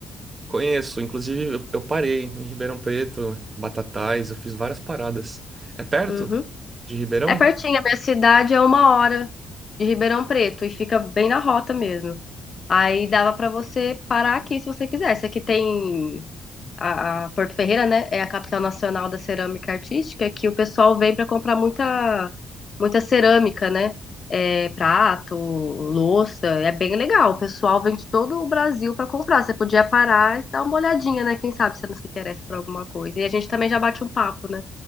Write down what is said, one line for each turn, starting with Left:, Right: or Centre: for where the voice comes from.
Right: Conheço, inclusive eu, eu parei em Ribeirão Preto, Batatais, eu fiz várias paradas. É perto
Left: Uhum.
Right: de Ribeirão?
Left: É pertinho, a minha cidade é uma hora de Ribeirão Preto e fica bem na rota mesmo. Aí dava pra você parar aqui se você quisesse. Aqui tem a, a Porto Ferreira, né, é a capital nacional da cerâmica artística, que o pessoal vem para comprar muita, muita cerâmica, né? É, prato, louça, é bem legal. O pessoal vem de todo o Brasil para comprar. Você podia parar e dar uma olhadinha, né? Quem sabe você não se interessa por alguma coisa. E a gente também já bate um papo, né?